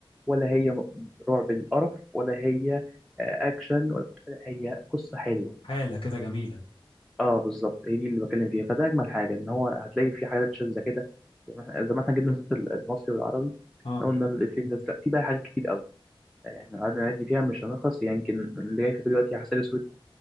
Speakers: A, in the centre; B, on the left (about 70°).
A: ولا هي م- رعب للقرف ولا هي آه، اكشن ولا هي قصه حلوه
B: حاله كده جميله
A: اه بالظبط هي دي اللي بتكلم فيها فده اجمل حاجه ان هو هتلاقي في حاجات شاذه كده زي ما احنا زي ما احنا جبنا سيره ال- المصري والعربي
B: اه
A: إحنا قلنا الفيلم ده لا، في بقى حاجات كتير قوي يعني احنا لو قعدنا نعد فيها مش هنخلص يعني يمكن اللي جاي في بالي دلوقتي عسل اسود